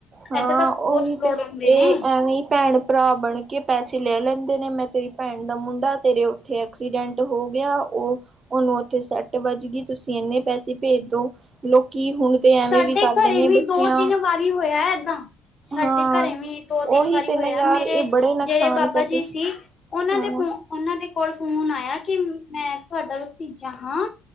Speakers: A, on the right (about 30°); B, on the left (about 30°).
A: ਹਾਂ,
B: ਏਦਾਂ ਤਾਂ
A: ਉਹੀ
B: ਬਹੁਤ ਫਰੋਡ
A: ਤੇ
B: ਹੁੰਦੇ
A: ਇਹ
B: ਨੇ
A: ਐਵੇਂ ਹੀ ਭੈਣ-ਭਰਾ ਬਣ ਕੇ ਪੈਸੇ ਲੈ ਲੈਂਦੇ ਨੇ ਮੈਂ ਤੇਰੀ ਭੈਣ ਦਾ ਮੁੰਡਾ ਤੇਰੇ ਉੱਥੇ ਐਕਸੀਡੈਂਟ ਹੋ ਗਿਆ ਉ ਉਹਨੂੰ ਉੱਥੇ ਸਟ ਵੱਜ ਗਈ ਤੁਸੀਂ ਇੰਨੇ ਪੈਸੇ ਭੇਜ ਦੋ ਲੋਕੀ ਹੁਣ ਤੇ ਐਵੇਂ
B: ਸਾਡੇ
A: ਵੀ ਕਰਦੇ
B: ਘਰੇ
A: ਨੇ
B: ਵੀ
A: ਬੱਚਿਆਂ
B: ਦੋ-ਤਿੰਨ ਵਾਰੀ ਹੋਇਆ ਏਦਾਂ। ਸਾਡੇ
A: ਹਾਂ
B: ਘਰੇ ਵੀ ਦੋ-ਤਿੰਨ
A: ਉਹੀ
B: ਵਾਰੀ
A: ਤੇ
B: ਹੋਇਆ
A: ਨਾ ਯਾਰ
B: ਮੇਰੇ
A: ਇਹ ਬੜੇ ਨੁਕਸਾਨ
B: ਜਿਹੜੇ ਬਾਬਾ
A: ਕਰਦੇ
B: ਜੀ ਸੀ ਉਹਨਾਂ
A: ਹਾਂ
B: ਦੇ ਫੋ ਉਹਨਾਂ ਦੇ ਕੋਲ ਫੋਨ ਆਇਆ ਕਿ ਮੈਂ ਤੁਹਾਡਾ ਭਤੀਜਾ ਹਾਂ।